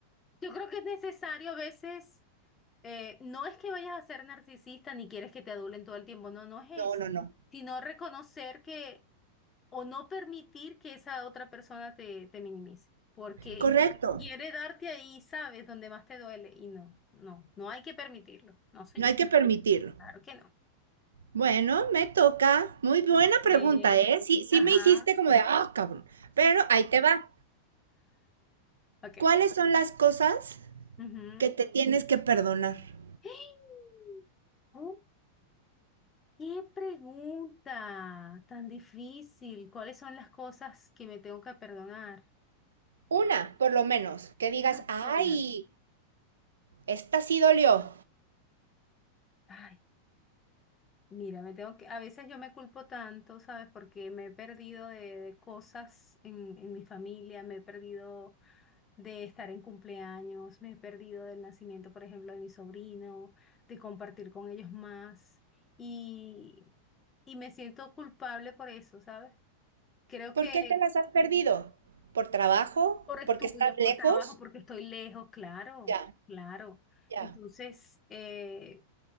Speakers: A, on the left (about 20°); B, on the right (about 65°).
A: Yo creo que es necesario a veces, eh, no es que vayas a ser narcisista ni quieres que te adulen todo el tiempo, no, no es
B: No, no,
A: eso,
B: no.
A: sino reconocer que o no permitir que esa otra persona te, te minimice, porque
B: Correcto.
A: quiere darte ahí, sabes, donde más te duele y no, no, no hay que permitirlo, no, señor,
B: No hay que permitirlo.
A: claro que no.
B: Bueno, me toca. Muy buena
A: Ok,
B: pregunta, ¿eh? Sí,
A: Ajá,
B: sí me hiciste como de, ah, cabrón. Pero ahí te va.
A: ok.
B: ¿Cuáles son las cosas
A: Ujú.
B: que te tienes que perdonar?
A: <gasps> Oh, ¿Qué pregunta tan difícil? ¿Cuáles son las cosas que me tengo que perdonar?
B: Una, por lo menos, que digas,
A: Una
B: ay,
A: sola.
B: esta sí dolió.
A: Ay, Mira, me tengo que, a veces yo me culpo tanto, ¿sabes? Porque me he perdido de, de cosas en, en mi familia, me he perdido de estar en cumpleaños, me he perdido del nacimiento, por ejemplo, de mi sobrino, de compartir con ellos más y, y me siento culpable por eso, ¿sabes? Creo
B: ¿Por
A: que
B: qué te las has perdido? ¿Por trabajo?
A: por estudios,
B: ¿Porque estás
A: por
B: lejos?
A: trabajo, porque estoy lejos, claro,
B: Ya,
A: claro.
B: ya,
A: Entonces, eh,